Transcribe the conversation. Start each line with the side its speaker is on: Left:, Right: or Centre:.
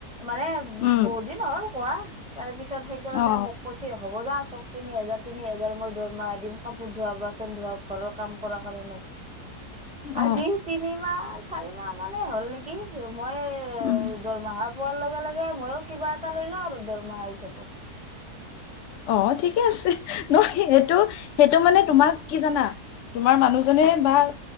Centre: মানে
Left: উম
Centre: বহুত দিন হ'ল কোৱা তাৰ পিছত সেইকাৰণে
Left: অ
Centre: মোক কৈছে হ'ব যাহক তিনি হাজাৰ তিনি হোজাৰ মই দৰমাহা দিম কাপোৰ ধোৱা ধ ঘৰৰ কাম কৰ কাৰণে আজি
Left: অ
Centre: তিনিমাহ চাৰি মাহ মানে হ'ল নেকি মই এ
Left: উম
Centre: দৰমাহা বৰ লগা লগে ময়ো কিবা এটা লৈ লওঁ আৰু দৰমহা হিচাপত
Left: অ ঠিকে আছে ন সেইটো সেইটো মানে তোমাক কি জানা তোমাৰ মানুহ জনে বা